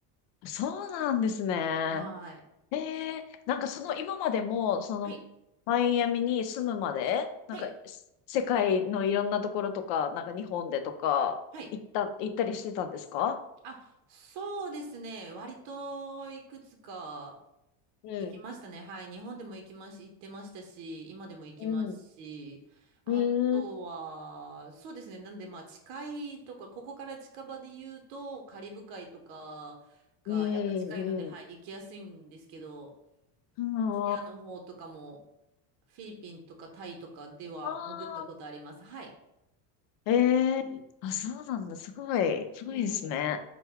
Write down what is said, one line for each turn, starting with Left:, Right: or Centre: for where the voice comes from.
Left: そうなんですね。
Right: はい。
Left: ええ、なんかその今までも、その、
Right: はい。
Left: マイアミに住むまで、なんか、
Right: はい。
Left: す世界のいろんなところとか、なんか日本でとか、
Right: はい。
Left: 行った、行ったりしてたんですか
Right: あ、そうですね。割といくつか
Left: うん。
Right: 行きましたね。はい。日本でも行きまし、行ってましたし、今でも行きますし、
Left: うん。
Right: あとは、
Left: うん。
Right: そうですね。なんで、まあ、近いところ、ここから近場で言うと、カリブ海とかが、
Left: うん。うん。
Right: やっぱ近いので、はい、
Left: うん。
Right: 行きやすいんですけど、
Left: あ
Right: アジシアの方とかも、フィリピンとかタイとかでは潜ったことあります。
Left: あー。
Right: はい。
Left: ええあ、そうなんだ。すごい。すごいですね。
Right: <laughs>